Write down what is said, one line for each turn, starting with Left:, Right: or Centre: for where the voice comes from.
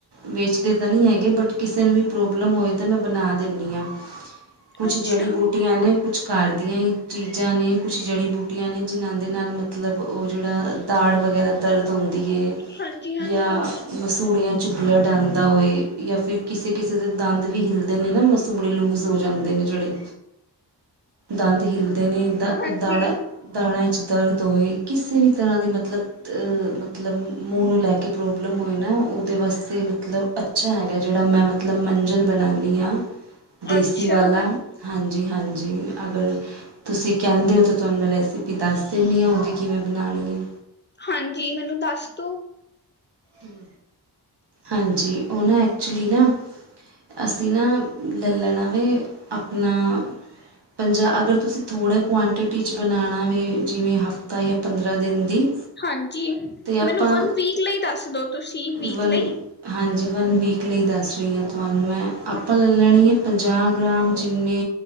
Right: ਵੇਚਦੇ ਤੇ ਨਹੀਂ ਹੈਗੇ, ਬਟ ਕਿਸੇ ਨੂੰ ਵੀ ਪ੍ਰੋਬਲਮ ਹੋਏ ਤਾਂ ਮੈਂ ਬਣਾ ਦਿੰਦੀ ਹਾਂ‌। ਕੁਛ
Left: ਅੱਛਾ
Right: ਜੜੀ ਬੂਟੀਆਂ ਨੇ ਕੁਛ ਘਰ ਦੀਆਂ ਹੀ ਚੀਜ਼। ਚੀਜ਼ਾ ਨੇ, ਕੁਝ ਜੜੀ ਬੂਟੀਆਂ ਨੇ ਜਿਨ੍ਹਾਂ ਦੇ ਨਾਲ ਮਤਲਬ, ਉਹ ਜਿਹੜਾ ਦਾੜ ਵ। ਵਗੈਰਾ ਦਰਦ ਹੁੰਦੀ ਏ
Left: ਹਾਂਜੀ ਹਾਂਜੀ
Right: ਜਾਂ। ਮਸੂੜਿਆਂ 'ਚ ਬਲੱਡ ਆਉਂਦਾ ਹੋਏ ਜਾਂ ਫਿਰ ਕਿਸੇ- ਕਿਸੇ ਦੇ ਦੰਦ ਵੀ ਹਿਲਦੇ ਨੇ ਨਾ ਮਸ। ਚੁੰਮੜੇ ਲੂਜ ਹੋ ਜਾਂਦੇ ਨੇ ਜਿਹੜੇ, ਦੰਦ ਹਿਲਦੇ ਨੇ ਦ
Left: ਹਾਂਜੀ
Right: ਦਾੜਾ। ਦਾੜਾ 'ਚ ਦਰਦ ਹੋਵੇ, ਕਿਸੇ ਵੀ ਤਰ੍ਹਾਂ ਦੀ ਮਤਲਬ। ਮਤਮਤਲਬ ਮੂੰਹ ਨੂੰ ਲੈ ਕੇ ਪ੍ਰੋਬਲਮ ਹੋਏ ਨਾ ਉਹਦੇ ਵਾਸਤੇ ਮਤਲਬ ਅੱਛਾ ਹੈਗਾ ਜਿਹੜਾ ਮੈਂ। ਮਤ ਮਤਲਬ ਮੰਜਣ ਬਣਾਉਂਦੀ ਹਾਂ, ਦੇਸੀ
Left: ਅੱਛਾ
Right: ਵਾਲਾ। ਹਾਂਜੀ -ਹਾਂਜੀ ਅਗਰ। ਤੁਸੀਂ ਕਹਿੰਦੇ ਹੋ, ਤਾਂ ਤੁਹਾਨੂੰ ਮੈਂ ਰੈਸਿਪੀ ਦੱਸ ਦਿੰਦੀ ਹਾਂ ਉਹਦੀ ਕਿਵੇਂ ਬਣਾਉਣੀ ਏ
Left: ਹਾਂਜੀ ਮੈਨੂੰ ਦੱਸ ਦੋ।
Right: ਹਮ। ਹਾਂਜੀ, ਉਹ ਨਾ ਐਕਚੁਲੀ ਨਾ ਅਸੀਂ ਨਾ ਲੈ ਲੈਣਾ ਵੇ। ਅਪਣਾ, ਪੰਜਾ ਅਗਰ ਤੁਸੀਂ। ਥੋੜ੍ਹਾ ਕੁਆਂਟਿਟੀ 'ਚ ਬਣਾਉਣਾ ਵੇ, ਜਿਵੇਂ ਹਫ਼ਤਾ ਜਾਂ ਪੰਦਰਾਂ ਦਿਨ ਦੀ।
Left: ਹਾਂਜੀ
Right: ਅਤੇ ਆਪਾਂ
Left: ਮੈਨੂੰ ਵਨ ਵੀਕ ਲਈ ਦੱਸ ਦੋ ਤੁਸੀਂ, ਵੀਕ
Right: ਵਨ
Left: ਲਈ।
Right: ਹਾਂਜੀ ਵਨ ਵੀਕ ਲਈ ਦੱਸ ਰਹੀ ਹਾਂ, ਤੁਹਾਨੂੰ ਮੈਂ
Left: ਹਮ,
Right: ਆਪਾਂ ਲੈ ਲੈਣੀ ਏ ਪੰਜਾਹ ਗ੍ਰਾਮ ਜਿੰਨੀ,